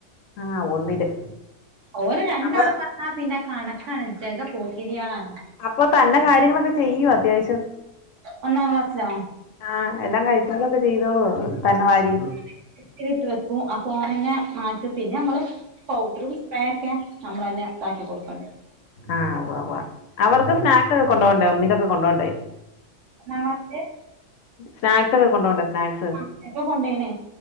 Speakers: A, on the left; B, on the right.
A: ആഹ് ഒന്നില്.
B: ഓന് രണ്ടാള്
A: അപ്പൊ
B: വന്നാ പിന്നെ കണക്കാണ്. ജഗ പോക്കിരികളാണ്.
A: അപ്പൊ തന്ന കാര്യങ്ങളൊക്കെ ചെയ്യോ? അത്യാവശ്യം.
B: ഒന്നാം ക്ലാസ്സിലാ.
A: ആഹ് എല്ലാം കഴിച്ചൊളക്കെ ചെയ്തോളോ തന്ന വാരി.
B: <unintelligible> വെക്കും. അപ്പൊ ഓനന്നെ മാറ്റും പിന്നെ നമ്മള്, പൗഡറും സ്പ്രേ ഒക്കെ നമ്മളന്നെ ഇതാക്കി കൊടുക്കണ്ടരും.
A: ആഹ് ഉവ്വവാ. അവർക്ക് സ്നാക്സ് ഒക്കെ കൊണ്ട് പോണ്ടേ? ഒന്നിലൊക്കെ കൊണ്ട പോണ്ടേ?
B: <unintelligible>
A: സ്നാക്സ് ഒക്കെ കൊണ്ടപോണ്ടണ്ടെ? സ്നാക്സ്
B: ആഹ് <unintelligible> കൊണ്ടേയിനെ.